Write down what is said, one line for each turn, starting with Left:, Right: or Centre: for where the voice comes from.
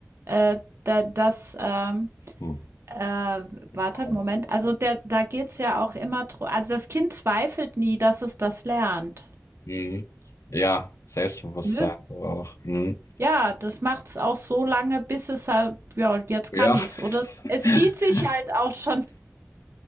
Right: äh, da, das, ähm,
Left: Hm.
Right: äh,
Left: Wow.
Right: warte, Moment, also der, da geht's ja auch immer, dr- also das Kind zweifelt nie, dass es das lernt.
Left: Mhm. Ja, Selbstbewusstsein
Right: Ne?
Left: so auch. Mhm.
Right: Ja, das macht's auch so lange, bis es halt ja, jetzt
Left: Ja.
Right: kann ich's. Oder es es
Left: <laughs>
Right: sieht sich halt auch schon